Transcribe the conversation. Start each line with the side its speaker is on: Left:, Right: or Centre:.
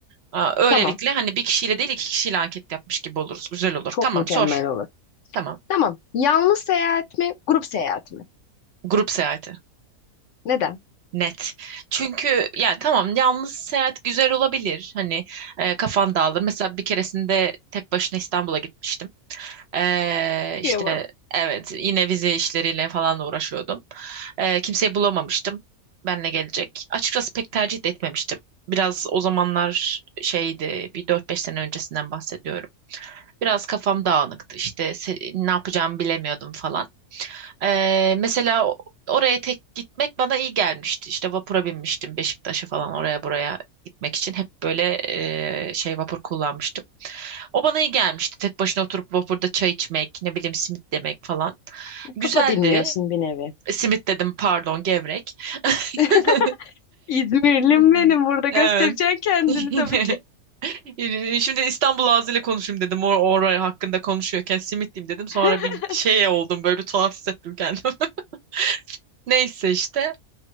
Right: Aa, öylelikle
Left: Tamam.
Right: hani bir kişiyle değil iki kişiyle anket yapmış gibi oluruz. Güzel olur.
Left: Çok
Right: Tamam
Left: mükemmel
Right: sor.
Left: olur.
Right: Tamam.
Left: Tamam. Yalnız seyahat mi? Grup seyahat mi?
Right: Grup seyahati.
Left: Neden?
Right: Net. Çünkü ya tamam yalnız seyahat güzel olabilir. Hani e, kafan dağılır. Mesela bir keresinde tek başına İstanbul'a gitmiştim. Ee,
Left: Kıyamam.
Right: işte evet yine vize işleriyle falan da uğraşıyordum. Ee, kimseyi bulamamıştım. Benle gelecek. Açıkçası pek tercih de etmemiştim. Biraz o zamanlar şeydi bir dört beş sene öncesinden bahsediyorum. Biraz kafam dağınıktı işte se- ne yapacağımı bilemiyordum falan. Ee, mesela o- oraya tek gitmek bana iyi gelmişti. İşte vapura binmiştim Beşiktaş'a falan oraya buraya gitmek için. Hep böyle e, şey vapur kullanmıştım. O bana iyi gelmişti. Tek başına oturup vapurda çay içmek, ne bileyim simit yemek falan. Güzeldi.
Left: Kafa dinliyorsun bir nevi.
Right: E, Simit dedim pardon gevrek.
Left: <laughs>
Right: <laughs>
Left: İzmirlim
Right: Hmm,
Left: benim burada göstereceksin
Right: Evet.
Left: kendini
Right: <laughs>
Left: tabii ki.
Right: Şimdi İstanbul ağzıyla konuşayım dedim. Or oraya hakkında konuşuyorken simit diyeyim dedim. Sonra
Left: <laughs>
Right: bir şeye oldum böyle bir tuhaf hissettim kendimi. <laughs> Neyse işte.